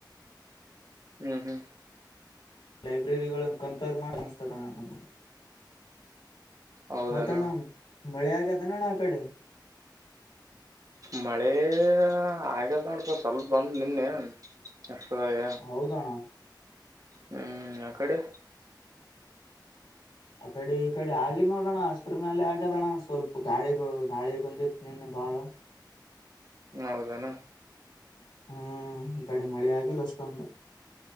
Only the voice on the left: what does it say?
ಲೈಬ್ರರಿಗಳನ್ನ ಕಂಪೇರ್ ಮಾಡಅನಸ್ತದ ಅಣ್ಣಾ ನಮಗ್
ಮತ್ತಣ ಮಳೆ ಆಗ್ಯತ್ ಅದೆಣ್ಣಾ ಆಕಡಿ
ಹೌದಣ್ಣ
ಆ ಕಡಿ ಇಕಡಿ ಆಗಿಲ್ಲ ನೋಡ್ ಅಣ್ಣಾ ಅಷ್ಟರ ಮ್ಯಾಲೆ ಆಗ್ಯದಣ್ಣ ಸ್ವಲ್ಪ ಗಾಳಿ ಬಿಳ ಗಾಳಿ ಬಂದಿತ್ತ ನಿನ್ನ ಬಾಳ
ಹ್ಮ್ ಈ ಕಡಿ ಮಳಿ ಆಗಿಲ್ಲ ಅಷ್ಟೊಂದು